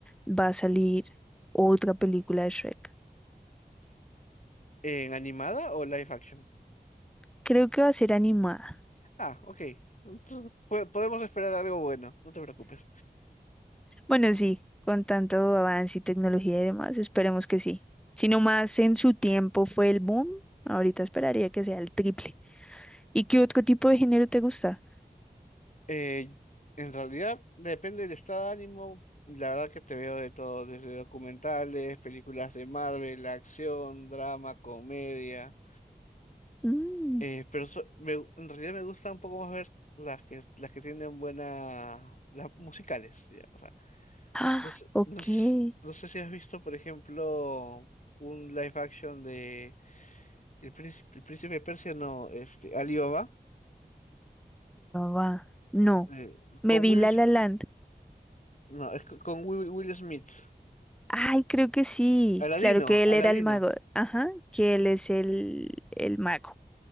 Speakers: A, in the centre; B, on the left.
A: va a salir otra película de Shrek.
B: ¿En animada o live action?
A: Creo que va a ser animada.
B: Ah, ok. Entonces, po- podemos esperar algo bueno, no te preocupes.
A: Bueno, sí, con tanto avance y tecnología y demás, esperemos que sí. Si no más en su tiempo fue el boom, ahorita esperaría que sea el triple. ¿Y qué otro tipo de género te gusta?
B: Eh, en realidad, depende del estado de ánimo. La verdad que te veo de todo, desde documentales, películas de Marvel, acción, drama, comedia.
A: Mm,
B: Eh, pero so- me- en realidad me gusta un poco más ver las que las que tienen buenas las musicales, ya, O sea,
A: Ah,
B: no sé,
A: ok,
B: no s- no sé si has visto, por ejemplo, un live action de El Príncipe, el Príncipe de Persia, no, este, Alibaba,
A: va. No,
B: eh,
A: me
B: con
A: vi
B: Will
A: La
B: Smith,
A: La Land.
B: no, es co- con Will, Will Smith.
A: Ay, creo que sí.
B: Aladino,
A: Claro que
B: Aladino.
A: él era el mago. Ajá, que él es el, el mago